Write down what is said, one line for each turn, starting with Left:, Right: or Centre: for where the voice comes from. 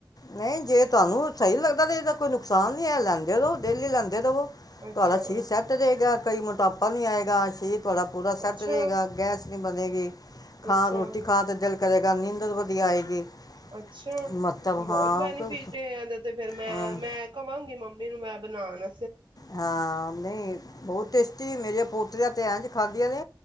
Left: ਨਹੀਂ, ਜੇ ਤੁਹਾਨੂੰ ਸਹੀ ਲੱਗਦਾ ਤੇ ਇਹਦਾ ਕੋਈ ਨੁਕ ਸੋਧ ਲੰ <unintelligible> ਲੈਲੋ, ਡੇਲੀ ਲੈਂਦੇ ਰਵੋ।
Right: ਅੱਛਾ
Left: ਤੁਹਾਡਾ ਸ਼ਰੀਰ ਸੈੱਟ ਰਹੇਗਾ। ਕਈ ਮੋਟਾਪ ਨੀ ਆਏਗਾ, ਸਰੀਰ ਤੁਹਾਡਾ ਪੂਰਾ ਸੈੱਟ
Right: ਅੱਛਾ
Left: ਰਹੇਗਾ, ਗੈਸ ਨੀ ਬਣੇਗੀ, ਹਾਂ
Right: ਅੱਛਾ
Left: ਰੋਟੀ ਖਾਣ ਤੇ ਦਿਲ ਕਰੇਗਾ, ਨੀਂਦ ਨੀ ਆਏਗੀ।
Right: ਅੱਛਾ,
Left: ਮਤਲਬ
Right: ਬਹੁਤ
Left: ਹਾਂ
Right: ਬੈਨੀਫਿਟ
Left: ਕੋਈ
Right: ਇਹਦਾ ਤੇ, ਫਿਰ ਮੈਂ
Left: ਅਮ,
Right: ਮੈਂ ਕਵਾਂਗੀ ਮਮ- ਮੈਨੂੰ ਮੈਂ ਬਣਾਉਣਾ
Left: ਹਾਂ ਨਹੀਂ, ਬਹੁਤ ਟੇਸਟੀ ਮੇਰੀਆਂ ਪੋਤਰੀਆਂ ਤੇਂ ਇਂਜ ਖਾਧਿਆਂ ਨੇ